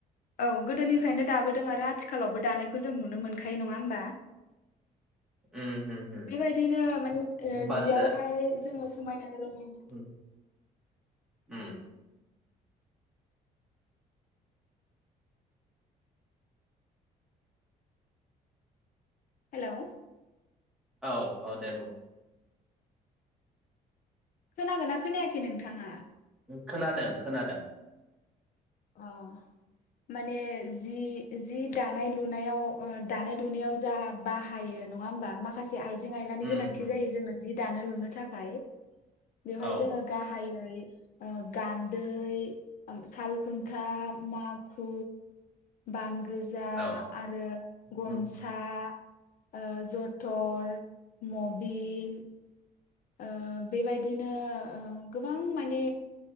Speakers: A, on the left; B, in the centre.
A: औ गोदोनिफ्रायनो दाबोदों आरो आथिखालावबो दानायखौ जों नुनो मोनखायो नङा होमबा
B: उम होम होम
A: बेबायदिनो माने ओ
B: बाट
A: जियावहाय जोङो समायना रमायना
B: ओ उम
A: हेलौ
B: औ औ दे बुं
A: खोनागोना खोनायाखै नों थाङा
B: खोनादों खोनादों
A: अ माने जि जि दानाय लुनायाव ओ दानाय लुनायाव जा बाहायो नङा होमबा माखासे आइजें आइलानि
B: उम
A: गोनांथि
B: उम
A: जायो जोंनो जि दानो लुनो थाखाय बेवहाय
B: औ
A: जोङो गाहायै ओ गान्दै ओम साल खुन्था माखु बान गोजा
B: औ
A: आरो गनसा
B: उम
A: ओ जथर मबिन ओ बेबायदिनो ओ गोबां माने